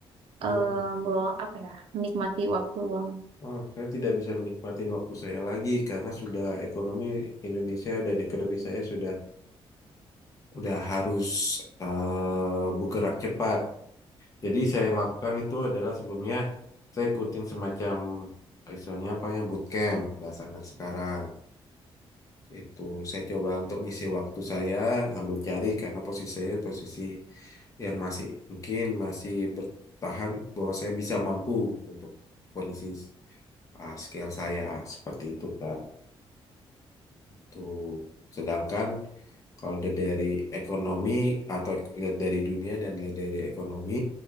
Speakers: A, on the left (about 35°); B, on the right (about 70°).
A: hmm.
B: eh meluang apa ya? Menikmati waktu luang.
A: Ah, saya tidak bisa menikmati waktu saya lagi karena sudah ekonomi Indonesia dan ekonomi saya sudah udah harus eh, bergerak cepat. Jadi saya yang lakukan itu adalah sebelumnya saya ikutin semacam istilahnya apa ya bootcamp bahasa anak sekarang. Itu saya coba untuk ngisi waktu saya ambil cari karena posisi saya posisi yang masih mungkin masih bertahan bahwa saya bisa mampu untuk kondisi ah, skill saya seperti itu Kak. Tuh. Sedangkan Kalau lihat dari ekonomi atau lihat dari dunia dan lihat dari ekonomi